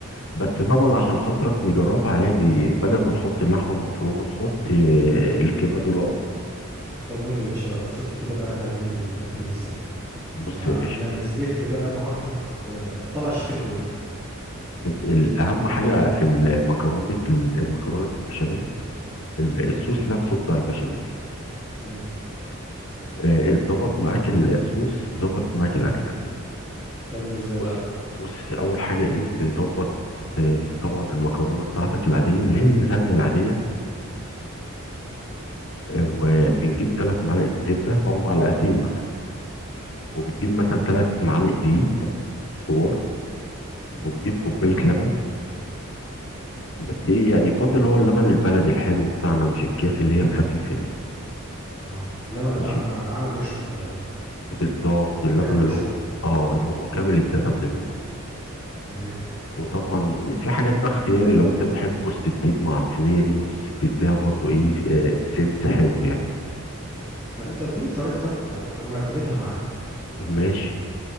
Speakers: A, on the left (about 65°); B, on the right (about 20°).
A: بس
B: مم.
A: طبعا عشان خاطرك نجربها عادي بدل ما نحط اللحمه المفرومه نحط آه، الكبد والقوانص
B: طب قول لي يا باشا بقى اوصف لي كده بقى هتعمل لي الاكله دي ازاي
A: بص
B: لا،
A: يا باشا
B: يعني اثبت لي بقى مهارتك آه، طلع الشيف اللي جواك
A: انت- ال- اهم حاجه في المكرونه المكرونه بالبشاميل ال-
B: مم.
A: الصوص نفسه بتاع البشاميل
B: مم.
A: آه، اتظبط معاك ال- الصوص ظبطت معاك الاكله
B: تعمله ازاي بقى
A: بص بص اول حاجه ايه بنظبط آه، طبعا المكرونه بتاعتك العاديه اللي هي اللازانيا العاديه آه، وبنجيب ثلاث معالق زبده او معلقتين مثلا وبتجيب
B: تمام
A: مثلا ثلاث معالق دقيق كبار
B: مم.
A: وبتجيب كوبايه لبن بت ايه يعني فاضل هو اللبن البلدي الحلو بتاعنا مش الاكياس اللي هي الخفيفه دي
B: اه لبن
A: ماشي
B: الع... آه، عامل قشطه كده
A: بالظبط
B: اللي
A: اللبن
B: بيعمل
A: اللي
B: قشطه
A: هو اه اللي هو كامل الدسم زي ما بيقولوا
B: تمام
A: وطبعا في حاجات بقى اختياري لو انت بتحب جوز الطيب مع الصينيه دي بص بتديها برضو ايه آه سنس حلو يعني
B: لا انت اديني طريقتك آه، و- واعتمدها معايا
A: ماشي